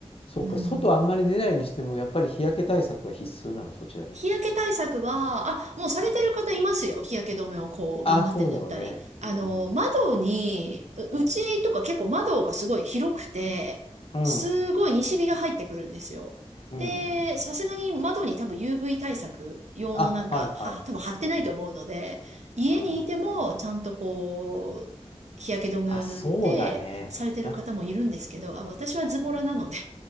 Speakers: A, on the left; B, on the right.
A: そっか、
B: う。うん。
A: 外あんまり出ないにしても、やっぱり日焼け対策は必須なの、そちらでは。
B: 日焼け対策は、あ、もうされてる方いますよ。
A: うん、
B: 日焼け止めをこう、頑張って塗ったり。
A: あ、そうだろうね。
B: あの、
A: うん。う
B: 窓に、ううちとか結構窓がすごい広くて、
A: ん。うん。
B: すごい西日が入ってくるんですよ。
A: うん。
B: で、
A: うん
B: さすがに窓に多分 UV 対策用のなんか、
A: あ、はいはい。
B: は、多分貼ってないと思うので、
A: うん。
B: 家にいてもちゃんとこう、
A: うん。
B: 日焼け止めを塗ってされてる方もいるんですけど、
A: あ、そうだね。だって、
B: あ、私はズボラなので
A: うん。